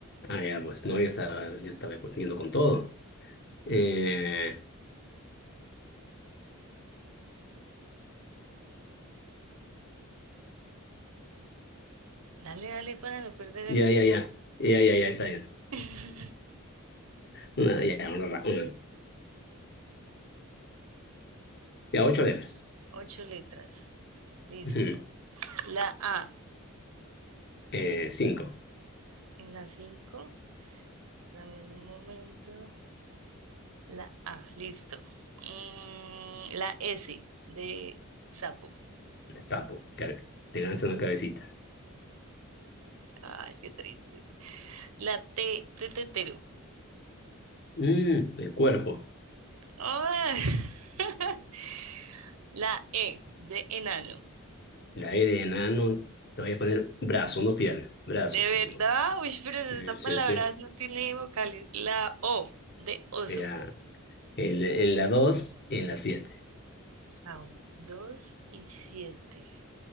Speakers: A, on the left; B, on the right.
A: Ah, ya, pues no, yo estaba, yo estaba respondiendo con todo. Eh,
B: Dale, dale para no perder el
A: ya,
B: ritmo.
A: ya, ya. Ya, ya, ya, está bien.
B: <laughs>
A: Una, ya, una, ra- una. Ya, ocho letras.
B: Ocho letras. Listo.
A: Ujú.
B: La A
A: Eh, cinco.
B: en la cinco Dame un momento. La A, listo. Mm, la S de sapo.
A: Sapo. Te, te lanza una cabecita.
B: Ay, qué triste. La T de tetero.
A: Mm, el cuerpo.
B: Ay. <laughs> La E de enano.
A: La E de enano, te voy a poner brazo, no pierna, brazo
B: De
A: por
B: verdad,
A: el momento.
B: uy, pero esa
A: Sí,
B: palabra
A: sí, sí.
B: no tiene vocales. La O de oso.
A: Ya. En, la- en la 2, en la siete
B: Ah, bueno. Dos y siete.